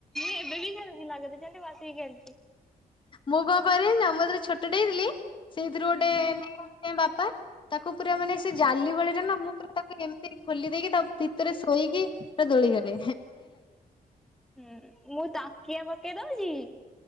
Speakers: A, in the centre; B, on the left.
A: ଏବେ ବି ଖେଳୁଚି ଲଗେଇ ଦେଇଚନ୍ତି ବସ୍ <unintelligible>
B: ମୁଁ କଣ କରିବି ନା ମୁଁ ଯେତେବେଳେ ଛୋଟ ଟେ ହେଇଥିଲି ସେଇଥିରୁ ଗୋଟେ
A: ହୁଁ
B: ନେଇ ଆସିଚନ୍ତି ବାପା ତାକୁ ପୁରା ମାନେ ସେ ଜାଲି ଭଳିରେ ନା ମୁଁ ପୁରା ତାକୁ ଏମିତି ଖୋଲି ଦେଇକି ତା ଭିତରେ ଶୋଇକି ପୁରା ଦୋଳିଖେଳେ।
A: ହୁଁ, ମୁଁ ତାକିଆ ବ ପକେଇ, ଦୋଉଚି ୲